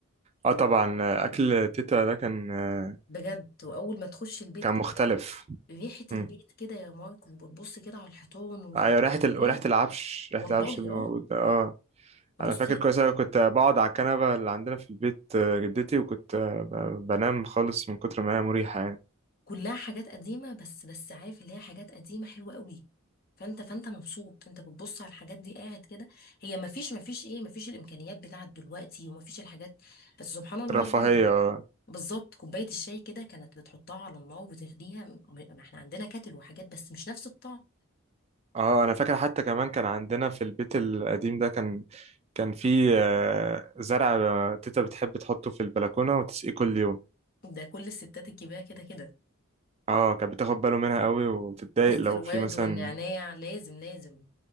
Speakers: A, on the right (about 30°); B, on the left (about 45°).
A: اه طبعا آه، اكل تيتا ده كان آه،
B: بجد واول ما تخش البيت
A: كان
B: كده
A: مختلف
B: ريحه
A: مم.
B: البيت كده يا مارك وبتبص كده على الحيطان والتكييفات
A: ايوه ريحة ال... وريحة العفش ريحة
B: والله
A: العفش اللي موجود
B: اه
A: ده اه
B: بص
A: انا فاكر كويس أوي كنت بقعد على الكنبه اللي عندنا في البيت آه، جدتي وكنت آه، ب- بنام خالص من كتر ما هي مريحه يعني
B: كلها حاجات قديمة بس بس عارف اللي هي حاجات قديمة حلوة قوي فانت فانت مبسوط انت بتبص على الحاجات دي قاعد كده هي مفيش مفيش ايه مفيش الامكانيات بتاعت دلوقتي ومفيش الحاجات بس سبحان الله
A: رفاهيه
B: يعني
A: اه
B: بالظبط كوباية الشاي كده كانت بتحطها على النار وتغليها م- ما احنا عندنا كاتل وحاجات بس مش نفس الطعم
A: آه، انا فاكر حتى كمان كان عندنا في البيت القديم ده كان كان في آه، زرع آه، تيتا بتحب تحطه في البلكونه وتسقيه كل يوم
B: ده كل الستات الكبيرة كده كده
A: اه كانت بتاخد باله منها قوي وتتضايق
B: بص
A: لو
B: الورد
A: في مثلا
B: والنعناع لازم لازم